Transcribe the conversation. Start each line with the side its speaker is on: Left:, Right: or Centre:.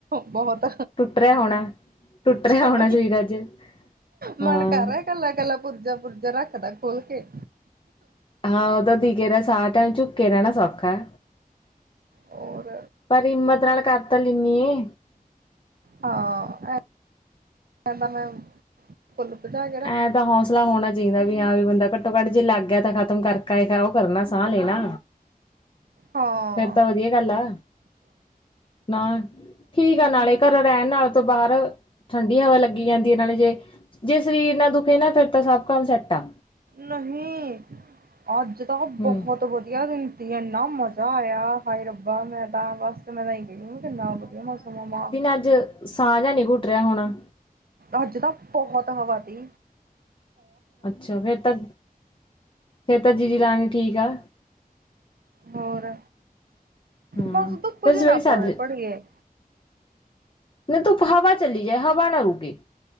Right: ਬਹੁਤ
Left: ਟੁੱਟ ਰਿਹਾ ਹੋਣਾ। ਟੁੱਟ ਰਿਹਾ
Right: ਸਮਾਂ
Left: ਹੋਣਾ ਚਾਹੀਦਾ
Right: ਹੀ
Left: ਅੱਜ ਹਾਂ।
Right: ਮਨ ਕਰ ਰਿਹਾ ਕੱਲਾ ਕੱਲਾ ਪੁਰਜਾ ਪੁਰਜਾ ਰੱਖਦਾ ਖੋਲ ਕੇ।
Left: ਹਾਂ ਉਹਦਾ ਦੀਗੇ ਦਾ ਸਾਹਟ ਝੁੱਕ ਕੇ ਰਹਿਣਾ ਸੌਖਾ।
Right: ਹੋਰ
Left: ਪਰ ਹਿੰਮਤ ਨਾਲ ਕਰਤਾ ਲੈਂਨੀ ਆ।
Right: ਹਾ ਇਹ ਇਹਤਾਂ ਮੈ ਖੁਦ ਭਜਾਏ
Left: ਐਂ ਤਾਂ ਹੋਸ ਮਸਲਾ ਹੋਣਾ ਚਾਹੀਦਾ ਵੀ ਹਾਂ ਵੀ ਬੰਦਾ ਘੱਟੋ ਘੱਟ ਜੇ ਲੱਗ ਗਿਆ ਤਾਂ ਖਤਮ ਕਰਕੇ ਉਹ ਕਰਨਾ ਸਾਹ ਲੈਣਾ।
Right: ਹਾਂ
Left: ਫਿਰ ਤਾਂ ਵਧੀਆ ਗੱਲ ਆ ਨਾ। ਠੀਕ ਆ ਨਾਲੇ ਘਰ ਰਹਿਣ ਨਾਲੇ ਤੋਂ ਬਾਹਰ ਠੰਡੀ ਹਵਾ ਲੱਗੀ ਜਾਂਦੀ ਹੈ ਨਾਲੇ ਜੇ ਜੇ ਸਰੀਰ ਨਾ ਦੁਖੇ ਨਾ ਫਿਰ ਤਾਂ ਸਭ ਕੰਮ ਸੈੱਟਾ ਆ
Right: ਨਹੀਂ ਅੱਜ ਤਾਂ
Left: ਹੂੰ
Right: ਬਹੁਤ ਵਧੀਆ ਦਿਨ ਜ ਇੰਨਾ ਮਜ਼ਾ ਆਇਆ ਖਾਈ ਰੱਬਾ ਮੈਂ ਤਾਂ ਬਸ ਤੇ ਮੈਂ ਤਾਂ ਕਹ ਕਿੰਨਾ ਵਧੀਆ ਮੌਸਮ ਵਾਂ
Left: ਅਜ ਸਾਹ ਜਿਆ ਨਹੀਂ ਘੁੱਟ ਰਿਹਾ ਹੁਣਾ
Right: ਅੱਜ ਤਾਂ ਬਹੁਤ ਹਵਾ ਦੀ।
Left: ਅੱਛਾ ਫਿਰ ਤਾਂ ਫੇਰ ਤਾਂ ਜੀਜੀ ਰਾਣੀ ਠੀਕ ਆ।
Right: ਹੋਰ
Left: ਹਾਂ
Right: ਬਸ ਤੂੰ ਕੁਛ
Left: ਫਿਰ ਸਵੇਰੇ
Right: ਨਾ
Left: ਸੱਜ
Right: ਪੜ ਪੜ੍ਹਿਐ।
Left: ਨਾ ਧੁੱਪ ਹਵਾ ਚਲੀ ਜਾਏ ਹਵਾ ਨਾ ਰੁਕੇ।